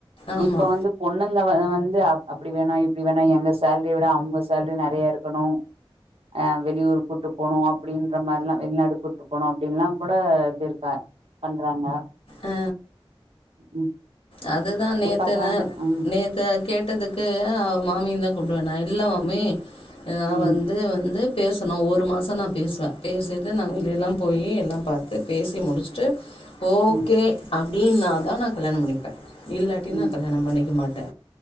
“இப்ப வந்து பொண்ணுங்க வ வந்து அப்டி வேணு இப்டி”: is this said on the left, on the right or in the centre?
Right